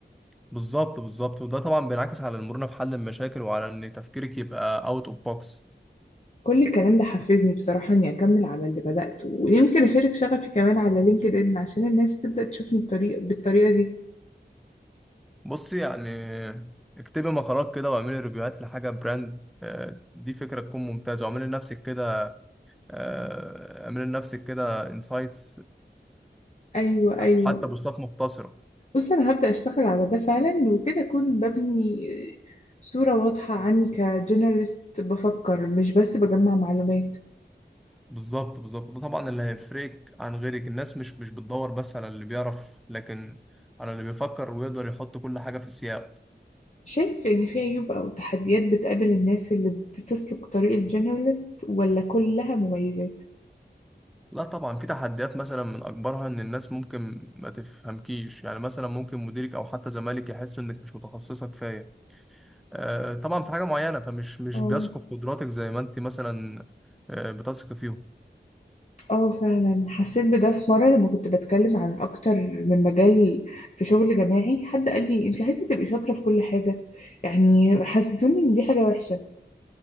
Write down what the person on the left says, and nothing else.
كل الكلام ده حفزني بصراحة اني اكمل على اللي بدأته ويمكن اشارك شغفي كمان على لينكد ان عشان الناس تبدأ تشوفني بطريقة بالطريقة دي
ايوه
ايوه
بص انا هبدأ اشتغل على ده فعلا وكده اكون ببني صورة واضحة عني كجنراليست بفكر مش بس بجمع معلومات
شايف إن في عيوب أو تحديات بتقابل الناس اللي بتسلك طريق الجنراليست ولا كلها مميزات؟
اه
اه فعلا حسيت بده في مرة لما كنت بتكلم عن أكتر من مجال في شغل جماعي حد قال لي أنت عايزة تبقي شاطرة في كل حاجة يعني حسسوني إن دي حاجة وحشة